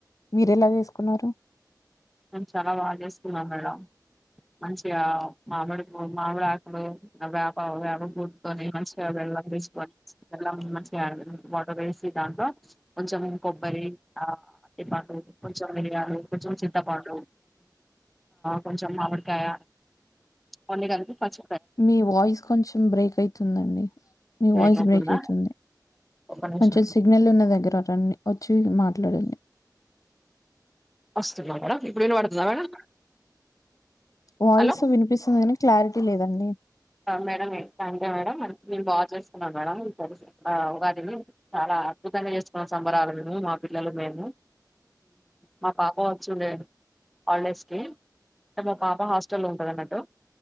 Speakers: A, on the left (about 50°); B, in the centre.
A: మీరు ఎలా చేసుకున్నారు?
B: మే చాలా బాగా చేసుకున్నాం మేడం. మంచిగా మామిడి పూవు, మామిడి ఆకులు, వేప పూవు, వేప పూటుతోని మంచిగా బల్లం తీసుకొనిల్ మంచిగా వాటర్ వేసి దాంట్లో కొంచెం కొబ్బరి, ఆ అరటిపండ్లు, కొంచెం మిరియాలు, కొంచెం చింత త్తపాండు కొంచెం మామిడికాయ కొన్నికలిపి పస్
A: మీ వాయిస్ కొంచెం బ్రేక్ అయితుందండి. మీ
B: లేట్
A: వాయిస్
B: అవుతుందా
A: బ్రేక్ అయితుంది.
B: ఒక్క నిమిషం
A: కొంచెం సిగ్నల్ ఉన్న దగ్గర రన్నీ వ చూ మాట్లాడండి.
B: <unintelligible> మేడం ఇప్పుడు ఇనపడుతుందా మేడం
A: వయిస్
B: హలో
A: వినిపిస్తుంది కానీ క్లారిటీ లేదండి.
B: మేడం థ్యాంక్ యూ మేడం నేను బాగా చేస్తున్నాను మేడం వాటిని చాలా అద్భుతంగా చేస్తున్నా సంబరాలు మేము, మా పిల్లలు, మేము మా పాప వచ్చిండే ఆల్డేజ్కి అంటే మా పాప హాస్టల్లో ఉంటుంది. అన్నట్టు